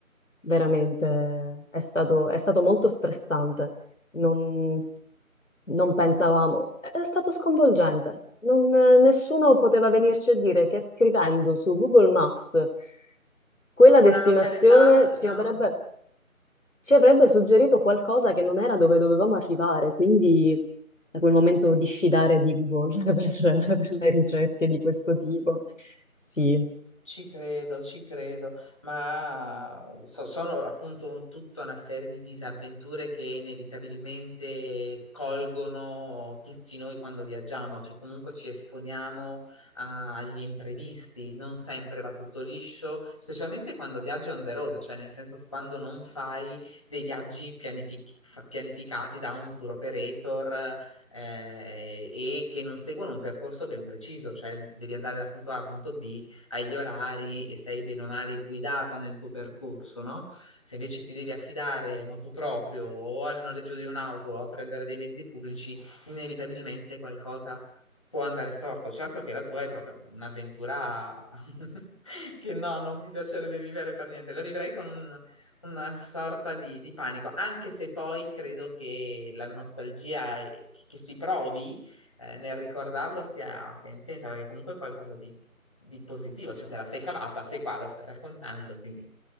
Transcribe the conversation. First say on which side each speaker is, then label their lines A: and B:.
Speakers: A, on the left; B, on the left.
A: veramente è stato, è stato molto stressante. Non, non pensavamo, è stato sconvolgente. Non- nessuno poteva venirci a dire che scrivendo su Google Maps quella
B: Una
A: destinazione
B: località?
A: ci
B: No.
A: avrebbe, ci avrebbe suggerito qualcosa che non era dove dovevamo arrivare. Quindi da quel momento diffidare di Google <laughs> per per le ricerche di questo tipo. Sì.
B: Ci credo, ci credo, ma so- sono appunto tutta una serie di disavventure che inevitabilmente colgono tutti noi quando viaggiamo, cioè comunque ci esponiamo a- agli imprevisti, non sempre va tutto liscio, specialmente quando viaggi on the road, cioè nel senso quando non fai dei viaggi pianific- fa- pianificati da un tour operator eh, e che non seguono un percorso ben preciso, cioè devi andare da punto A a punto B hai gli orari e sei bene o male guidata nel tuo percorso, no? Se invece ti devi affidare motu proprio o al noleggio di un'auto o a prendere dei mezzi pubblici, inevitabilmente qualcosa può andare storto. Certo che la tua è proprio un'avventura <laughs> che no, non mi piacerebbe vivere per niente. La vivrei con un- una sorta di, di panico, anche se poi credo che la nostalgia è- che che si provi eh, nel ricordarlo sia, sia intensa, perché comunque è qualcosa di, di positivo, cioè te la sei cavata, sei qua, lo stai raccontando, quindi